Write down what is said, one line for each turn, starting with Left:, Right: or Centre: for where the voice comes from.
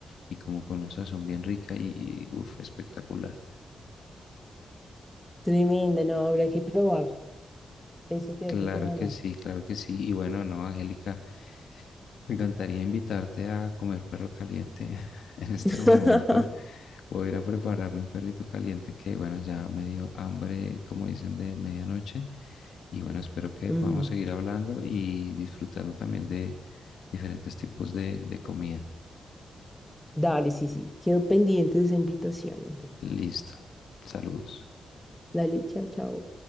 Left: y como con una sazón bien rica y, uff, espectacular.
Centre: Tremendo, no, habrá que probar eso que
Left: Claro
Centre: hace tu mamá.
Left: que sí, claro que sí. Y bueno, no, Angélica. Me encantaría invitarte a comer perro caliente. <laughs> En este
Centre: <laughs>
Left: momento voy a ir a prepararme un perrito caliente que, bueno, ya me dio hambre, como dicen, de medianoche. Y bueno, espero que
Centre: Ujú.
Left: podamos seguir hablando y disfrutando también de diferentes tipos de, de comida.
Centre: Dale, sí, sí, quedo pendiente de esa invitación, entonces.
Left: Listo. Saludos.
Centre: Dale, chao, chao.